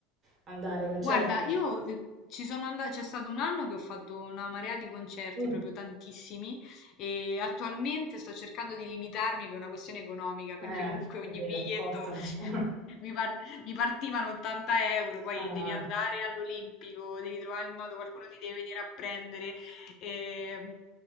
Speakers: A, on the right; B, on the left.
A: andare ai concerti?
B: Guarda, io eh, ci sono andata, c'è stato un anno che ho fatto una marea di concerti,
A: Mm.
B: proprio tantissimi, e attualmente sto cercando di limitarmi per una questione economica, perché
A: Eh,
B: comunque
A: è
B: ogni
A: vero,
B: biglietto
A: costano. <laughs>
B: Mi, par- mi partivano 80 euro, poi
A: Eh,
B: devi andare all'Olimpico, devi trovare il modo, qualcuno ti deve venire a prendere. ehm,